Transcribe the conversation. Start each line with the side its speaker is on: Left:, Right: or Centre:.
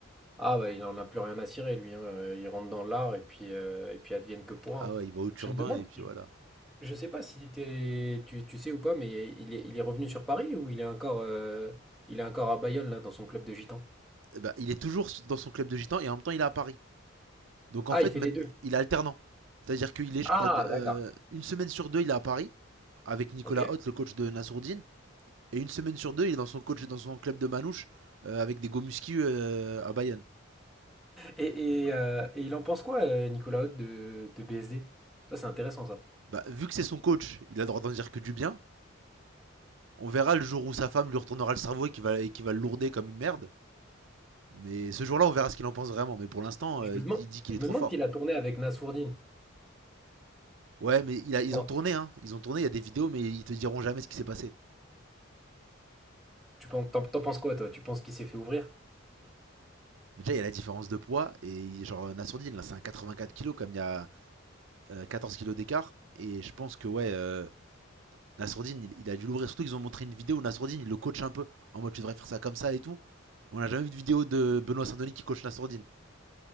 Centre: Ah bah, il en a plus rien à cirer, lui. hein. Euh, Il rentre dans l'art, et puis, euh, et puis advienne que pourra.
Right: Ah
Centre: hein.
Right: ouais, il va au turbin,
Centre: Je me demande,
Right: et puis voilà.
Centre: Je sais pas si t'es- tu, tu sais ou pas, mais il est, il est revenu sur Paris ou il est encore, euh, il est encore à Bayonne là dans son club de gitans?
Right: eh ben, il est toujours dans son club de gitan et en même temps il est à Paris. Donc en
Centre: Ah,
Right: fait,
Centre: il fait les deux.
Right: il est alternant. C'est-à-dire qu'il est, je
Centre: Ah,
Right: crois, euh,
Centre: d'accord.
Right: une semaine sur deux, il est à Paris avec Nicolas
Centre: Ok.
Right: Hoth, le coach de Nassourdine, et une semaine sur deux, il est dans son coach dans son club de Manouche euh, avec des Gomuski euh, à Bayonne.
Centre: Et, et, euh, et il en pense quoi, euh, Nicolas Hott de, de BSD? Ça, c'est intéressant ça.
Right: Bah, vu que c'est son coach, il a le droit d'en dire que du bien. On verra le jour où sa femme lui retournera le cerveau et qu'il va, et qu'il va le lourder comme une merde. Mais ce jour-là, on verra ce qu'il en pense vraiment. Mais pour l'instant,
Centre: Et
Right: euh,
Centre: je me
Right: il,
Centre: demande,
Right: il dit qu'il
Centre: je
Right: est
Centre: me
Right: trop
Centre: demande
Right: fort.
Centre: s'il a tourné avec Nassourdine.
Right: Ouais, mais il a- ils
Centre: Je pense.
Right: ont tourné, hein. Ils ont tourné, il y a des vidéos, mais ils te diront jamais ce qui s'est passé.
Centre: Tu penses, t'en, t'en penses quoi toi? Tu penses qu'il s'est fait ouvrir?
Right: Déjà, il y a la différence de poids. Et genre, Nassourdine, là, c'est un 84 kilos comme il y a euh, 14 kilos d'écart. Et je pense que, ouais, euh, Nassourdine, il, il a dû l'ouvrir. Surtout qu'ils ont montré une vidéo où Nassourdine, il le coach un peu. En mode, tu devrais faire ça comme ça et tout. On n'a jamais vu de vidéo de Benoît Saint-Denis qui coach Nassourdine.